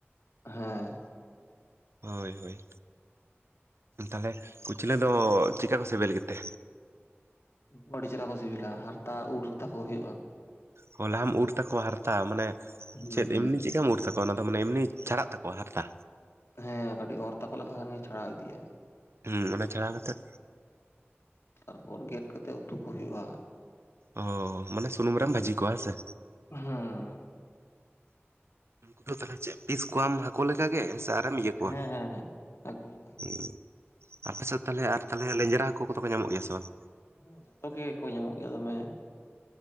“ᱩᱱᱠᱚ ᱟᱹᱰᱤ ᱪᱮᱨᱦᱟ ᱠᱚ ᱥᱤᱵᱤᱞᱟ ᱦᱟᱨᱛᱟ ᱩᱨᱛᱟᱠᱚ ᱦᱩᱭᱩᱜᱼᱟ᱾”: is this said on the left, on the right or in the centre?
Left